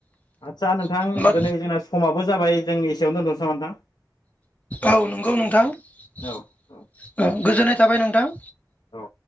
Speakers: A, on the left (about 90°); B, on the left (about 20°).
A: आदसा नोंथां
B: होमबा
A: दिनै जोंना समाबो जाबाय जों एसेयाव दोनथ'सो नामा नोंथां।
B: औ नंगौ नोंथां। ओ
A: नोंथां औ
B: गोजोननाय थाबाय नोंथां।
A: औ